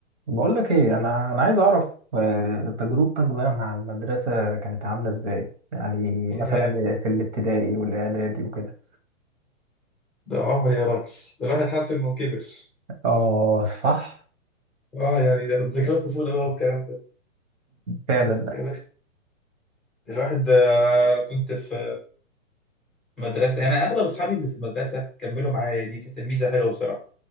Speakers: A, on the right; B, in the centre.
A: بقول لك ايه انا انا عايز اعرف آه، تجربتك بقى مع المدرسه كانت عامله ازاي يعني
B: ياه
A: مثلا في الابتدائي والاعدادي وكده
B: ده عمر يا راجل ده الواحد حس انه كبر
A: اه صح
B: اه يعني ده ذكريات طفوله بقى والكلام ده
A: فعلا
B: بص يا باشا الواحد آه، انا كنت في مدرسه يعني اغلب اصحابي اللي في المدرسه كملوا معايا دي كانت الميزه حلوه بصراحه